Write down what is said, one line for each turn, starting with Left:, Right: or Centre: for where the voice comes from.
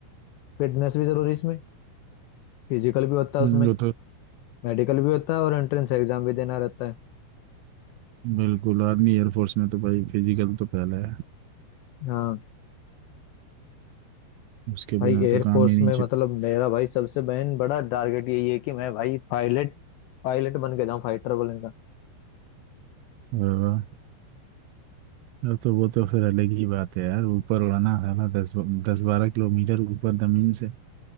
Left: फिटनेस भी जरूरी है इसमें फिजिकल भी होता है
Right: हम्म,
Left: उसमें
Right: वो तो
Left: मेडिकल भी होता है और एंट्रेंस एग्जाम भी देना रहता है
Right: बिल्कुल आर्मी एयरफोर्स में तो भाई फिजिकल तो पहले है
Left: हाँ
Right: उसके
Left: भाई
Right: बिना
Left: एयरफोर्स
Right: तो काम ही नहीं
Left: में
Right: चल
Left: मतलब मेरा भाई सबसे बहन बड़ा टारगेट यही है कि मैं भाई पायलट पायलट बन के जाऊँ फाइटर प्लेन का
Right: वाह, वाह। अब तो वो तो फिर अलग ही बात है यार ऊपर उड़ना है ना दस दस बारह किलोमीटर ऊपर जमीन से